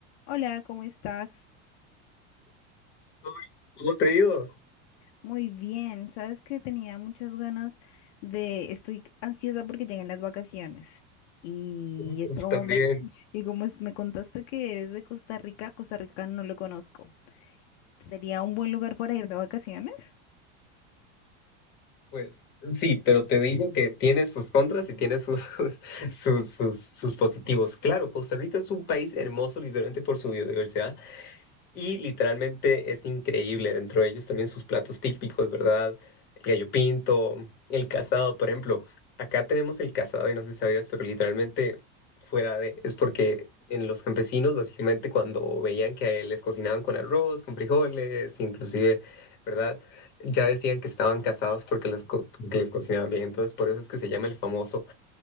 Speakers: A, on the left; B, on the left.
A: Hola, ¿cómo estás?
B: ¿Cómo cómo te ha ido?
A: Muy bien. Sabes que tenía muchas ganas de, estoy ansiosa porque llegan las vacaciones. Y
B: Pues,
A: es como
B: También,
A: me, y como es- me contaste que eres de Costa Rica, Costa Rica no lo conozco. ¿Sería un buen lugar para ir de vacaciones?
B: pues sí, pero te digo que tiene sus contras y tiene sus, <laughs> sus, sus, sus positivos. Claro, Costa Rica es un país hermoso literalmente por su biodiversidad. Y literalmente es increíble dentro de ellos también sus platos típicos, ¿verdad? El gallo pinto, el casado, por ejemplo. Acá tenemos el casado y no sé si sabías, pero literalmente fuera de... Es porque en los campesinos básicamente cuando veían que a él les cocinaban con arroz, con frijoles, inclusive, ¿verdad? Ya decían que estaban casados porque los co- que les cocinaban bien. Entonces por eso es que se llama el famoso